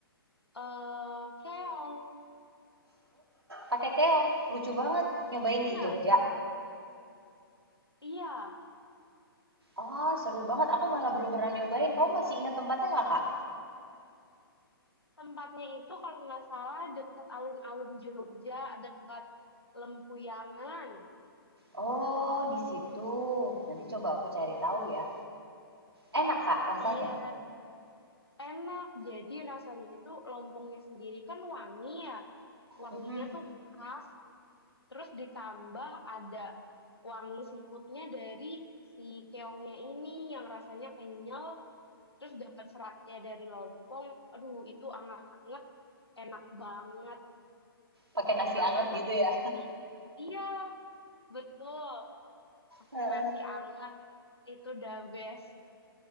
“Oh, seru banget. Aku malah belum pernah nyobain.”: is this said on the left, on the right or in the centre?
Right